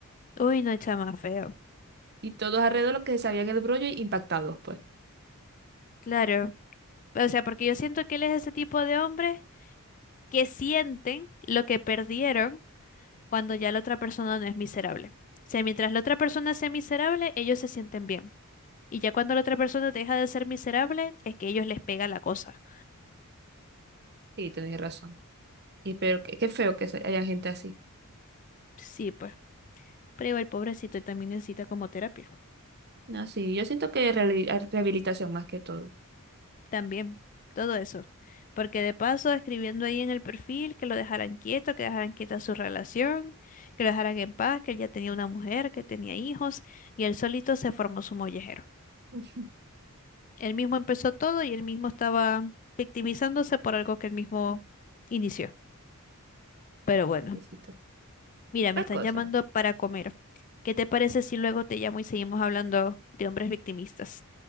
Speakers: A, on the left; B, on the right.
A: Uy, no, chama, feo.
B: Y todos alrededor los que se sabían el brollo impactados, pues.
A: Claro. O sea, porque yo siento que él es ese tipo de hombres que sienten lo que perdieron cuando ya la otra persona no es miserable. O sea, mientras la otra persona sea miserable, ellos se sienten bien. Y ya cuando la otra persona deja de ser miserable, es que ellos les pega la cosa.
B: Sí, tenéis razón. Y pero qué, qué feo que se- haya gente así.
A: Sí, pues. Pero el pobrecito también necesita como terapia.
B: No, sí, yo siento que es reali- a- rehabilitación más que todo.
A: También, todo eso. Porque de paso, escribiendo ahí en el perfil que lo dejaran quieto, que dejaran quieta su relación, que lo dejaran en paz, que él ya tenía una mujer, que tenía hijos, y él solito se formó su mollejero.
B: Uf,
A: Él mismo empezó todo y él mismo estaba victimizándose por algo que él mismo inició. Pero bueno,
B: Necesito.
A: mira,
B: Otra
A: me están
B: cosa.
A: llamando para comer. ¿Qué te parece si luego te llamo y seguimos hablando de hombres victimistas?